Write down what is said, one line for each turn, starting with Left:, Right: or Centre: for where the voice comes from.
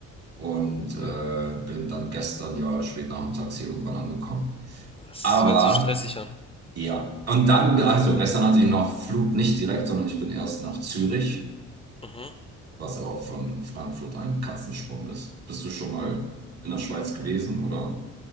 Right: und äh, bin dann gestern ja spät nachmittags hier irgendwann angekommen.
Left: Es
Right: Aber
Left: hört sich stressig an.
Right: ja, und dann, also gestern hatte ich noch Flug nicht direkt, sondern ich bin erst nach Zürich,
Left: Mhm.
Right: was aber von Frankfurt ein Katzensprung ist. Bist du schon mal in der Schweiz gewesen oder?